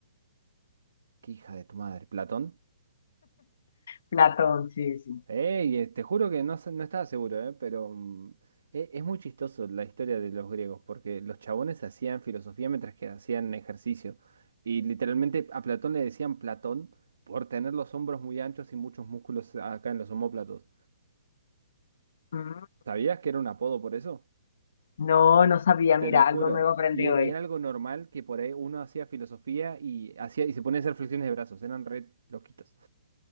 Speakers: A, on the right (about 75°); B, on the left (about 55°).
A: Qué hija de tu madre, Platón.
B: Platón, sí, sí.
A: Ey, eh, te juro que no, sé- no estaba seguro, ¿eh? Pero mm, e- es, muy chistoso la historia de los griegos, porque los chabones hacían filosofía mientras que hacían ejercicio. Y literalmente a Platón le decían Platón por tener los hombros muy anchos y muchos músculos acá en los omóplatos.
B: Mm.
A: ¿Sabías que era un apodo por eso?
B: No, no sabía,
A: Te
B: mira,
A: lo juro.
B: algo nuevo aprendí
A: Y, e-
B: hoy.
A: y era algo normal que por ahí uno hacía filosofía y hacía y se ponía a hacer flexiones de brazos. Eran re loquitos.